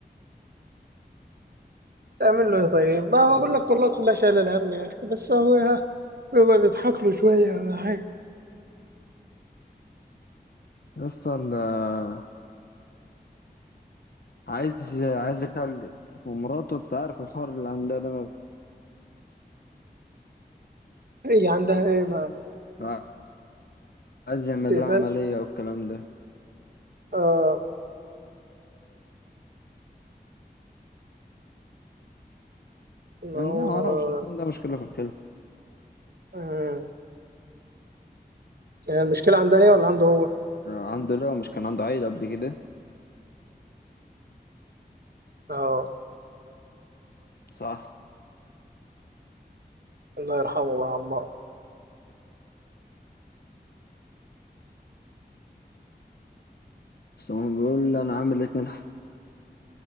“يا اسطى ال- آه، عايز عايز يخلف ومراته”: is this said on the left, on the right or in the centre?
Left